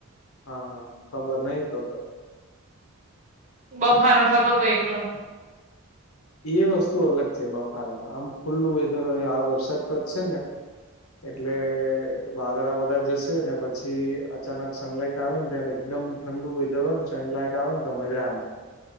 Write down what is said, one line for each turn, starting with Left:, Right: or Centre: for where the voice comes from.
Left: હા હા ખબર નહિ તો તો
Right: બફારો થતો ભ એકલો.
Left: એ વસ્તુ અલગ છે બફારામાં આમ ખુલ્લું હોય ધરય આ વરસાદ તો જ છે ને એટલે વાદળા બધા જશે ને પછી અચાનક સનલાઈટ આવેને ત્યારે એકદમ ઠંડુ વેધર હોય ને સનલાઈટ આવે ને તો મજા આવે